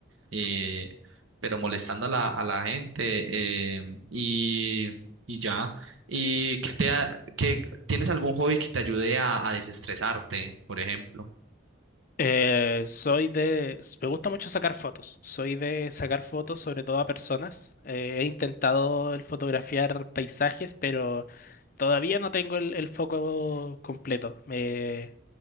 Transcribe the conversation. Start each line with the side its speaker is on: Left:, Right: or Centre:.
Right: eh, pero molestando a la, a la gente em, y, y ya. ¿Y que te ha- qué- tienes algún hobby que te ayude a, a desestresarte, por ejemplo?
Left: Eh, soy de... Me gusta mucho sacar fotos. Soy de sacar fotos sobre todo a personas. Eh, he intentado el fotografiar paisajes, pero todavía no tengo el, el foco completo. Me-